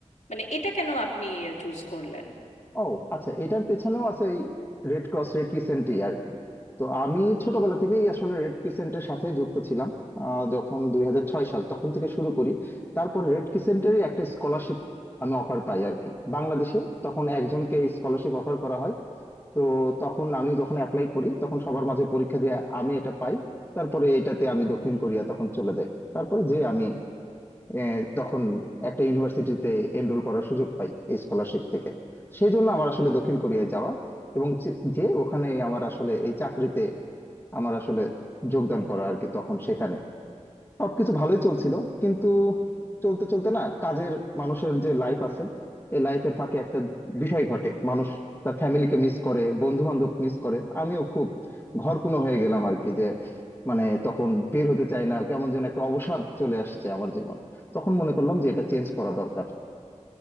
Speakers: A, on the left (about 75°); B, on the left (about 20°).
A: মানে এটা কেন আপনি চুজ করলেন
B: ও আচ্ছা এটার পেছনেও আছে এই রেড ক্রস রেড ক্রিসেন্টই আর কি তো আমি ছোটবেলা থেকেই আসলে রেড ক্রিসেন্টের সাথে যুক্ত ছিলাম আহ, যখন দুই হাজার ছয় সাল তখন থেকে শুরু করি তারপর রেড ক্রিসেন্টেরই একটা স্কলারশিপ আমি অফার পাই আর কি বাংলাদেশে তখন একজনকে স্কলারশিপ অফার করা হয় তো তখন আমি যখন অ্যাপ্লাই করি তখন সবার মাঝে পরীক্ষা দিয়ে আমি এটা পাই তারপরে এটাতে আমি দক্ষিণ কোরিয়া তখন চলে যাই তারপরে যে আমি এ, তখন একটা ইউনিভার্সিটিতে এনরোল করার সুযোগ পাই এই স্কলারশিপ থেকে সেই জন্য আমার আসলে দক্ষিণ কোরিয়ায় যাওয়া এবং যে যে ওখানে আমার আসলে এই চাকরিতে আমার আসলে যোগদান করা আর কি তখন সেখানে সবকিছু ভালোই চলছিল কিন্তু চলতে চলতে না কাজের মানুষের যে লাইফ আছে এই লাইফের ফাঁকে একটা বিষয় ঘটে মানুষ তার ফ্যামিলিকে মিস করে বন্ধু বান্ধব মিস করে আমিও খুব ঘরকুনো হয়ে গেলাম আর কি যে মানে তখন বের হতে চাই না কেমন যেন একটা অবসাদ চলে আসছে আমার জীবনে তখন মনে করলাম যে এটা চেঞ্জ করা দরকার